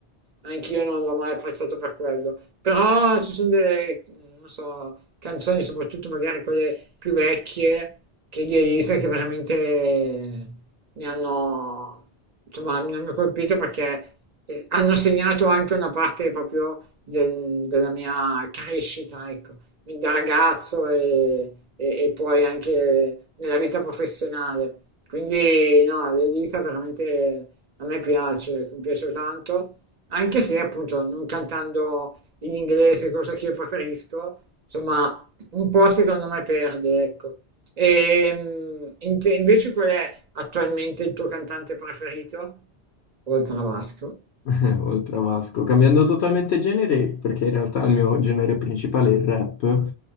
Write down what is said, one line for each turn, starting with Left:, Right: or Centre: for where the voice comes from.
Right: eh, Anch'io non l'ho mai apprezzato per quello. Però ci sono delle, non so, canzoni, soprattutto magari quelle più vecchie, che di Elisa, che veramente mi hanno, insomma, mi hanno colpito perché eh, hanno segnato anche una parte proprio del- della mia crescita, ecco, da ragazzo e, e- e poi anche nella vita professionale. Quindi no, l'Elisa veramente a me piace, mi piace tanto, anche se appunto non cantando in inglese, cosa che io preferisco, insomma, un po' secondo me perde, ecco. E mm, in te- invece qual è attualmente il tuo cantante preferito? Oltre a Vasco.
Left: <laughs> Eh, Oltre a Vasco, cambiando totalmente genere, perché in realtà il mio genere principale è il rap,